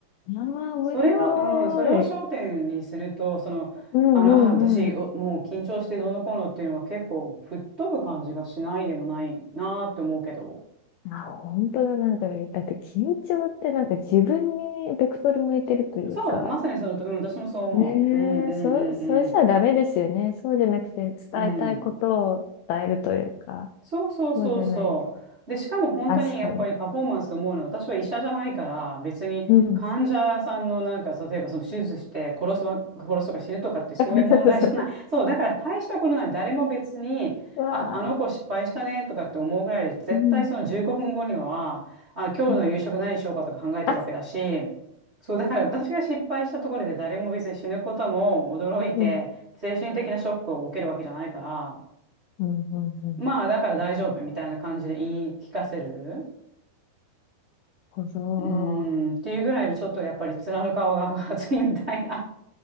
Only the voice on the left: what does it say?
ああ、面白い。
うんうんうん。
あ、本当だ。なんか、だって緊張ってなんか自分にベクトル向いてるというか、
ねえ、
そ、それじゃダメですよね。そうじゃなくて伝えたいことを伝えるというか、
そうじゃないと。
確かに。
うん。
<laughs>
うわあ、
うん、
うん。あ、
うん、
うん、うん、うん。
ほど。